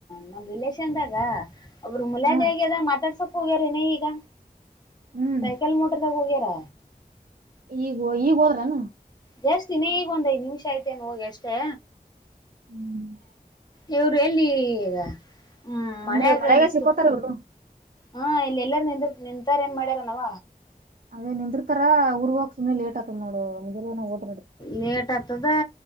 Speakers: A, on the left; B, on the right.
A: ನಮ ರಿಲೇಶನ್ದಾಗ ಅವ್ರರು ಮುಲಯಾದ
B: ಹ
A: ಆಗ್ಯದ ಮಾತಾಡ್ಸಕ್ ಹೋಗ್ಯ್ರನ ಈಗ.
B: ಹ್ಮ್
A: ಸೈಕೆಲ್ ಮೊಟರದ್ಯಾಗ್ ಹೋಗ್ಯಾರ್.
B: ಈಗ ಈಗ್ ಹೋದ್ರನು.
A: ಜಾಸ್ತಿನೇ ಈಗ ಒಂದ್ ಐದ್ ನಿಮಿಷ ಅಯ್ತೇನ್ ಹೋಗಿ ಅಷ್ಟೇ.
B: ಹ್ಮ್. <inaudible>
A: ಇವರು ಎಲ್ಲಿ ಈಗ. ಹ್ಮ್ ಮಳೆಯಾಗ
B: ಅಂದ್ರೀ ಮಳೆಗ್ ಸಿಕ್ಕೋತಾರ ಇವರು.
A: ಹಾ ಇಲ್ಲ ಎಲ್ಲಾರು ನಿಂತ ನಿಂತಾರ ಏನ್ ಮಾಡ್ಯಾರನವ.
B: ಅದೇ ನಿಂದಿರ್ತಾರ ಊರ್ ಹೋಗ್ ಇನ್ ಲೇಟ್ ಆಯತತ್ ನೋಡು ಮು <unintelligible> ಏನೋ.
A: ಲೇಟ್ ಆತದ